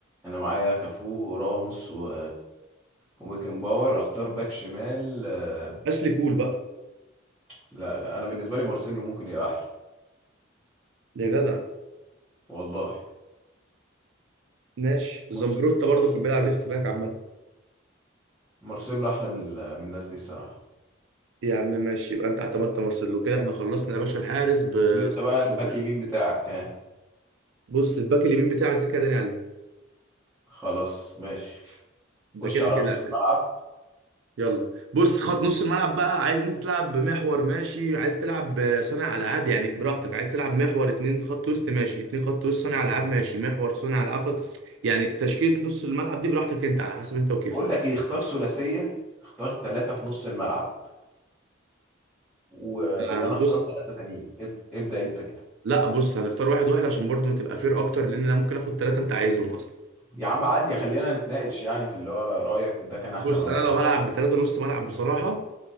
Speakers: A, in the centre; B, on the right.
A: انا معايا كافو وراموس و وبيكن باور اختار باك شمال آه،
B: اشلي كول بقى
A: لا لا انا بالنسبه لي مارسيلو ممكن يبقى احلى
B: يا جدع
A: والله
B: ماشي زمبروتا
A: مارسيلو
B: برضو
A: مارسيلو
B: كان بيلعب ليفت باك عامه
A: مارسيلو احلى من ال- من الناس دي الصراحه
B: يا عم ماشي يبقى انت اعتمدت مارسيلو كده احنا خلصنا يا باشا الحارس بصف
A: قول انت بقى الباك
B: الدفاع
A: يمين بتاعك ها
B: بص الباك اليمين بتاعك كده كده داني علم
A: خلاص ماشي
B: ده
A: خش
B: كده
A: على
B: كده
A: نص
B: اساسي
A: الملعب
B: يلا بص خط نص الملعب بقى عايز انت تلعب بمحور ماشي عايز تلعب صانع العاب يعني براحتك عايز تلعب محور اتنين خط وسط ماشي اتنين خط وسط صانع العاب ماشي محور صانع العاب خط... يعني تشكيلة نص الملعب دي براحتك انت على حسب انت وكيفك
A: بقول لك ايه اختار ثلاثيه اختار ثلاثه في نص الملعب و... وانا
B: آه
A: اختار
B: بص
A: ثلاثة تانيين اب... ابدأ انت كده
B: لا بص هنختار واحد واحد عشان برضو ما تبقى فير اكتر لان انا ممكن اخد ثلاثة انت عايزهم اصلا
A: يا عم عادي خلينا نتناقش يعني في اللي هو رأيك ده كان احسن
B: بص
A: ولا
B: انا
A: ده
B: لو
A: كان
B: هلعب
A: احسن
B: بثلاثة نص ملعب بصراحة